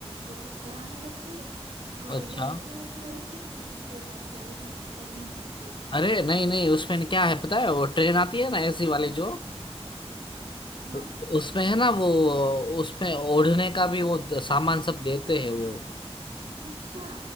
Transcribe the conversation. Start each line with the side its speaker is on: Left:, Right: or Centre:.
Right: वो चक्कर आने लगते हैं और
Left: अच्छा
Right: अगर एसी में मैं रहती हूँ तो मुझे बहुत ज्यादा ठंड लगने लगती है
Left: अरे नहीं नहीं उसमें क्या है पता है वो ट्रेन आती है ना एसी वाली जो
Right: हाँ
Left: उ- उसमें है ना वो उसमें ओढ़ने का भी वो द- सामान सब देते हैं वो
Right: अच्छा